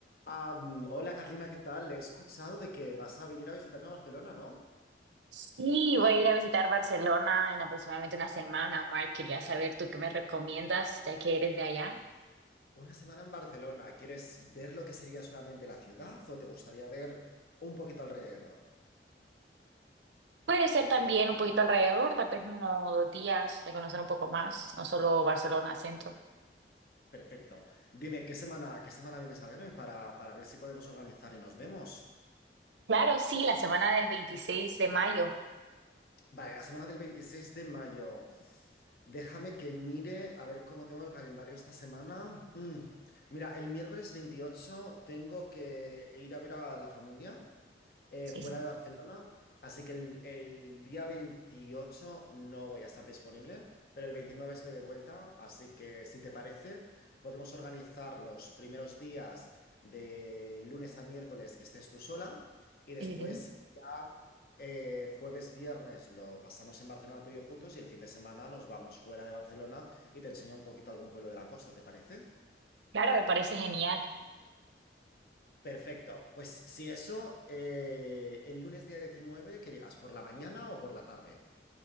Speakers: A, on the left (about 55°); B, on the right (about 85°).
A: Ah, mm, hola Carlina, ¿qué tal? He escuchado de que vas a venir a visitarme a Barcelona, ¿no?
B: Sí, voy a ir a visitar Barcelona en aproximadamente una semana, Mark. Quería saber tú qué me recomiendas, ya que eres de allá.
A: Una semana en Barcelona. ¿Quieres ver lo que sería solamente la ciudad o te gustaría ver un poquito alrededor?
B: Puede ser también un poquito alrededor, tal vez uno o dos días de conocer un poco más, no solo Barcelona centro.
A: Perfecto. Dime, ¿qué semana, qué semana vienes a verme para, para ver si podemos organizar y nos vemos?
B: Claro, sí, la semana del 26 de mayo.
A: Vale, la semana del 26 de mayo. Déjame que mire a ver cómo tengo el calendario esta semana. Mm, Mira, el miércoles 28 tengo que ir a ver a la familia eh,
B: Sí,
A: fuera
B: sí,
A: de Barcelona, así que el, el día 28 no voy a estar disponible, pero el 29 estoy de vuelta, así que si te parece, podemos organizar los primeros días de lunes a miércoles que estés tú sola y después
B: sí, sí.
A: ya eh, jueves, viernes lo pasamos en Barcelona tú y yo juntos y el fin de semana nos vamos fuera de Barcelona y te enseño un poquito algún pueblo de la costa, ¿te parece?
B: Claro, me parece genial.
A: Perfecto. Pues si eso, eh, el lunes día 19 ¿que llegas? ¿Por la mañana o por la tarde?